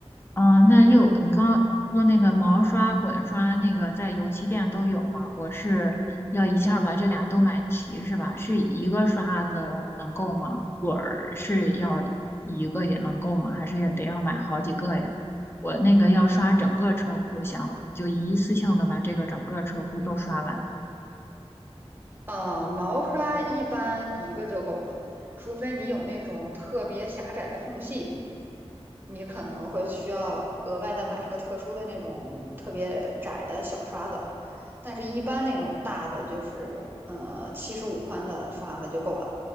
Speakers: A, on the left; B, on the right.
A: 哦，那又你刚刚说那个毛刷、
B: 嗯。
A: 滚刷，那个在油漆店都有吗？我是要一下儿把这俩都买齐是吧？是一个刷子能够吗？滚儿是要一个也能够吗？还是也得要买好几个呀？我那个要刷整个车库，想就一次性的把这个整个车库都刷完。
B: 呃，毛刷一般一个就够了，除非你有那种特别狭窄的缝隙，你可能会需要额外再买一个特殊的那种特别窄的小刷子。但是，一般那种大的就是呃七十五宽的刷子就够了。